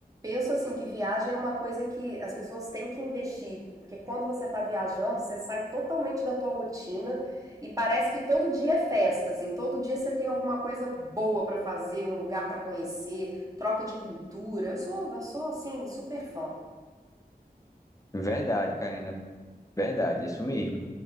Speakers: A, on the right; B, on the left.
A: Penso assim que viagem é uma coisa que as pessoas têm que investir, porque quando você está viajando, você sai totalmente da tua rotina e parece que todo dia é festa, assim, todo dia você tem alguma coisa boa para fazer, um lugar para conhecer, troca de cultura. Eu sou, eu sou assim super fã.
B: verdade, Karina, verdade, é isso mesmo.